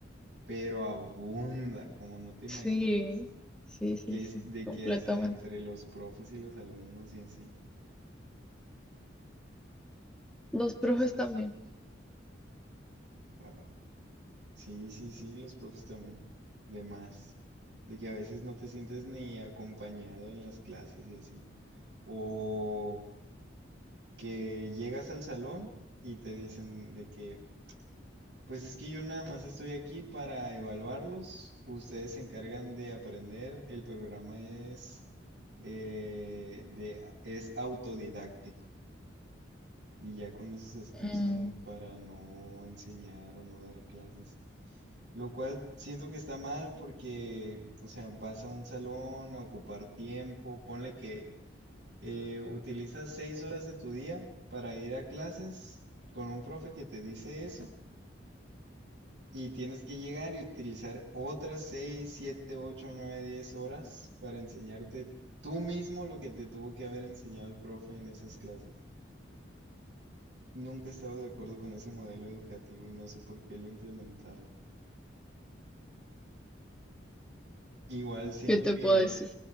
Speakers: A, on the right; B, in the centre.
A: pero abunda, como no te imaginas,
B: Sí, sí, sí,
A: que
B: sí,
A: es de
B: completamente.
A: que hasta entre los profes y los alumnos y así
B: Los profes
A: les pasa.
B: también.
A: Wow. Sí, sí, sí, los profes también, de más, de que a veces no te sientes ni acompañado en las clases y así. O que llegas al salón y te dicen de que Pues es que yo nada más estoy aquí para evaluarlos. Ustedes se encargan de aprender. El programa es, eh, de, es autodidáctico y ya con eso se excusan
B: Mm,
A: para no enseñar o no dar clases. Lo cual siento que está mal porque, o sea, vas a un salón a ocupar tiempo. Ponle que eh, utilizas seis horas de tu día para ir a clases con un profe que te dice eso. Y tienes que llegar y utilizar otras 6 7 8 9 10 horas para enseñarte tú mismo lo que te tuvo que haber enseñado el profe en esas clases. Nunca he estado de acuerdo con ese modelo educativo y no sé por qué lo implementaron. Igual siento
B: ¿qué te
A: que,
B: puedo decir?